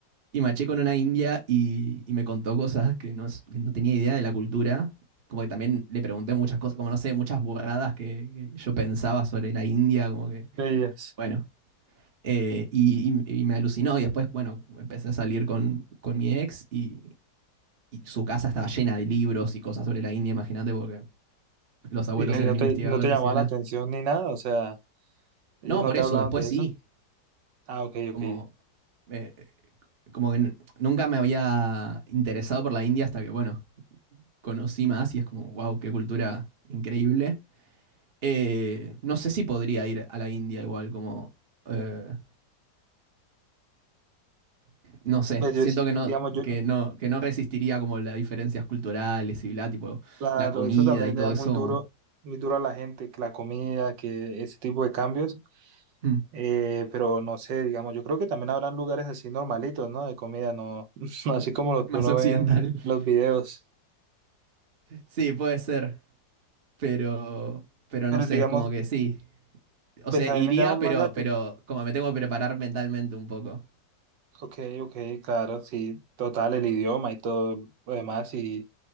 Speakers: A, on the right; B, on the right.
A: Y maché con una india y, y me contó cosas que no, es- que no tenía idea de la cultura. Como que también le pregunté muchas cosas, como no sé, muchas burradas que, que yo pensaba sobre la India, como que,
B: Ellas.
A: bueno. Eh, y, y- y me alucinó. Y después, bueno, empecé a salir con, con mi ex y, y su casa estaba llena de libros y cosas sobre la India, imagínate, porque los abuelos
B: ¿Y no,
A: eran
B: y no
A: investigadores
B: te, no te llamaba
A: y bla.
B: la atención ni nada? O sea, ellos
A: No,
B: no
A: por
B: te
A: eso,
B: hablaban
A: después
B: de
A: sí.
B: eso. Ah, ok,
A: Como,
B: ok.
A: eh, como que n- nunca me había interesado por la India hasta que, bueno conocí más y es como, wow, qué cultura increíble. Eh, no sé si podría ir a la India igual, como, eh, no sé,
B: Pues
A: siento
B: yo, sí-
A: que no,
B: digamos, yo,
A: que no, que no resistiría como las diferencias culturales y bla, tipo,
B: Claro,
A: la comida
B: eso también
A: y todo
B: le da muy
A: eso
B: duro, muy duro a la gente, que la comida, que ese tipo de cambios.
A: mm,
B: Eh, pero no sé, digamos, yo creo que también habrán lugares así normalitos, ¿no? De comida, no, <laughs> no así como los
A: más
B: que uno
A: occidental.
B: ve en
A: <laughs>
B: los videos.
A: Sí, puede ser, pero, pero
B: Pero
A: no sé,
B: digamos,
A: es como que sí. O
B: pues
A: sea,
B: a
A: iría,
B: mí me llama más
A: pero,
B: la atención.
A: pero como me tengo que preparar mentalmente un poco.
B: Ok, ok, claro, sí, total, el idioma y todo lo demás. Y